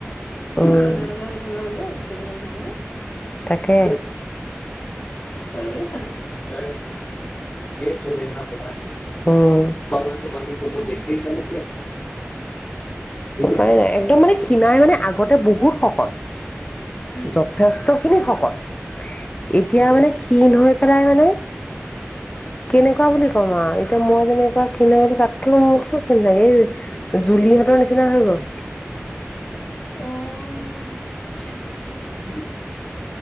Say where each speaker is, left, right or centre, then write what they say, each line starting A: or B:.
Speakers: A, on the left; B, on the left.
A: বৰ
B: উম
A: বেমাৰ আজাৰ হৈ থকা হ'লো আজিকালি মানুহৰ হ ন
B: তাকে
A: কাৰৱে
B: া ত মেলনা পা <unintelligible> অ আমি তোমাৰ ফটো
A: উম
B: দেখিছো দিয়ক নাই নাই একদম মানে খিনাই মানে আগতে বহুত শকত
A: উম
B: যথেষ্ট কি শকত এতিয়া মানে কিন হয় সদায় মানে কেনেকুৱা বুলি ক'ম আৰু এতিয়া মই যেনেকুৱা ক্ষীণালো তাতকৈ মতকৈ ক্ষিন থাকে এই জুলিহঁতৰ নিচিনা হৈ গ'ল
A: উম
B: উম